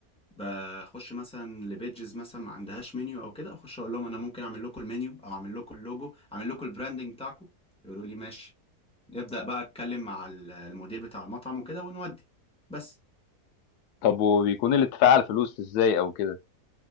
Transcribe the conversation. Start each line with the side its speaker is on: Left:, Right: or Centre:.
Centre: بخش مثلا لبيجز مثلا ما عندهاش منيو او كده اخش اقول لهم انا ممكن اعمل لكم المنيو او اعمل لكم اللوجو اعمل لكم البراندنج بتاعكم يقولوا لي ماشي نبدا بقى اتكلم مع ال- المدير بتاع المطعم وكده ونودي بس
Left: طب وبيكون الاتفاق على الفلوس ازاي او كده